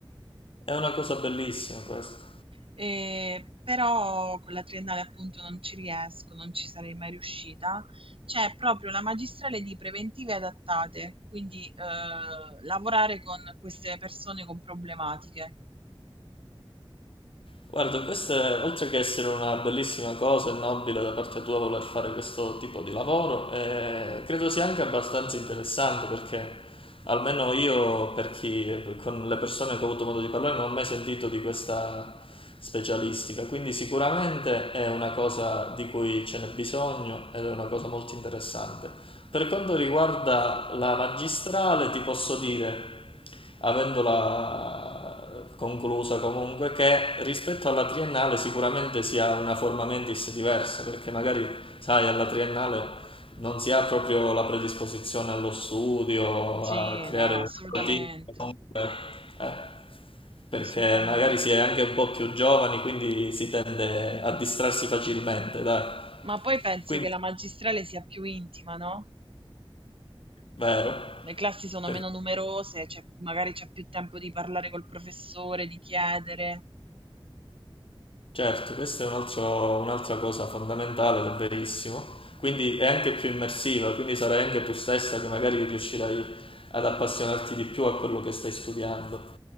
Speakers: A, on the left; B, on the right.
A: È una cosa bellissima questa.
B: ehm, però con la triennale appunto non ci riesco, non ci sarei mai riuscita. C'è proprio la magistrale di preventive adattate, quindi, uhm, lavorare con queste persone con problematiche.
A: Guarda, questo è, oltre che essere una bellissima cosa e nobile da parte tua voler fare questo tipo di lavoro, eh, credo sia anche abbastanza interessante perché almeno io, per chi, con le persone che ho avuto modo di parlare, non ho mai sentito di questa specialistica, quindi sicuramente è una cosa di cui ce n'è bisogno ed è una cosa molto interessante. Per quanto riguarda la magistrale, ti posso dire, avendola conclusa comunque, che rispetto alla triennale sicuramente si ha una forma mentis diversa, perché magari, sai, alla triennale non si ha proprio la predisposizione allo studio,
B: Sì,
A: a creare
B: no, assolutamente.
A: un routine, comunque, eh, perché
B: Assolutamente.
A: magari si è anche un po' più giovani, quindi si tende a distrarsi facilmente, dai.
B: Ma poi penso
A: Quindi,
B: che la magistrale sia più intima, no?
A: vero?
B: Le classi sono
A: Perché?
B: meno numerose, c'è- magari c'è più tempo di parlare col professore, di chiedere.
A: Certo, questa è un altro- un'altra cosa fondamentale ed è verissimo. Quindi è anche più immersiva, quindi sarai anche tu stessa che magari riuscirai ad appassionarti di più a quello che stai studiando.